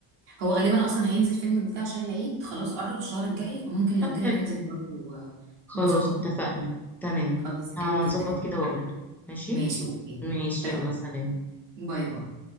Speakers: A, on the right (about 55°); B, in the centre.
A: هو غالبا اصلا هينزل فيلم جديد عشان العيد خلاص قرب الشهر الجاي فممكن لو
B: طب
A: كده
B: حلو
A: ننزل برضه آه،
B: خلاص
A: نظبط
B: اتفقنا
A: مع بعض.
B: تمام
A: خلاص
B: هظبط
A: حلو جدا
B: كده وأقولك ماشي
A: ماشي اوكي
B: ماشي
A: اتفقنا
B: يلا سلام
A: باي باي